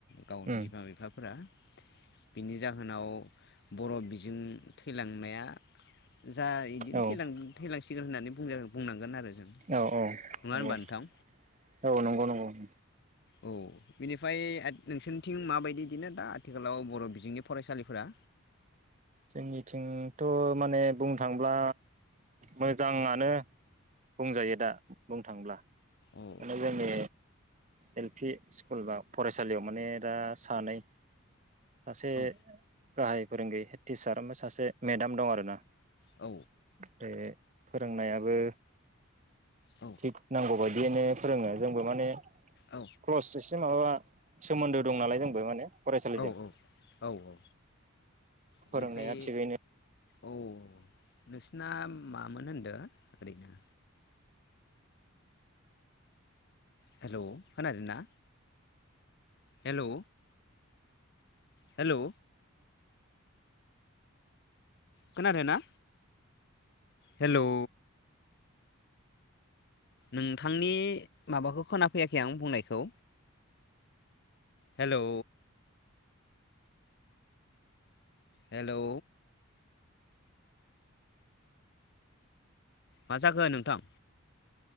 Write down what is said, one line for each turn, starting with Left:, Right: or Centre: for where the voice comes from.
Left: गाव
Right: उम
Left: बिमा बिफाफोरा बिनि जाहोनाव बर' बिजों थैलांनाया जा बिदिनो
Right: औ
Left: थैलांसिगोन होननानै ओ बुंनांगोन आरो जों
Right: औ औ
Left: नङा
Right: नंगौ
Left: होनबा नोंथां
Right: औ नंगौ नंगौ <inaudible>
Left: औ बिनिफ्राय नोंसोरनि थिं माबायदि बिदिनो दा आथिखालाव बर' बिजोंनि फरायसालिफोरा?
Right: जोंनिथिंथ' माने बुंनो थांब्ला मोजाङानो बुंजायो दा बुंनो थाङोब्ला
Left: औ
Right: माने जोंनि एल पि स्कुल बा फरायसालियाव माने दा सानै सासे
Left: औ
Right: गाहाय फोरोंगिरि हेत टिचार ओमफखय सासे मेदाम दं आरो ना
Left: औ
Right: बे फोरोंनायाबो
Left: औ
Right: थिग नांगौ बायदियैनो फोरोङो जोंबो माने
Left: औ
Right: क्ल'स एसे माबा सोमोन्दो दं नालाय जोंबो माने फरायसालिजों।
Left: औ औ औ
Right: फोरोंनाया
Left: बेनिफ्राय
Right: थिगैनो
Left: औ नोंसिना मामोन होनदो ओरैनो? हेलौ खोनादोना हेलौ? हेलौ खोनादोना? हेलौ नोंथांनि माबाखौ खोनाफैयाखै आं बुंनायखौ। हेलौ हेलौ मा जाखो नोंथां?